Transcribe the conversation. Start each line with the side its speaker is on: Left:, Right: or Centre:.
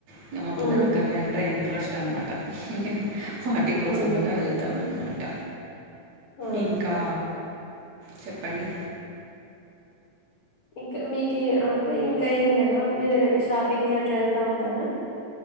Right: ఇంకా మ
Left: హ్మ్.
Right: పిల్లలకి అవి అంటే ఇంట్రే అనమాట ఇంక వాటి కోసం
Left: అవునులే.
Right: అన్నా వెళ్తాంనమాట
Left: ఆ!
Right: ఇంకా చెప్పండి
Left: ఇంకా మీకు అంటే ఇంకా ఏం లేవ మీరు షాపింగ్ కి ఎట్లా వెళ్తా ఉంటార